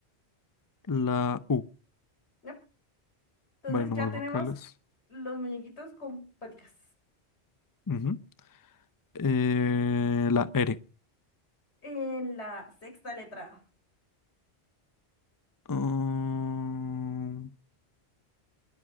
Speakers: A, on the left; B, on the left.
A: La U.
B: Nope. Entonces
A: Vale, nomás
B: ya tenemos
A: vocales.
B: los muñequitos con paticas.
A: Ujú. Eh, la R.
B: En la sexta letra.
A: Mm,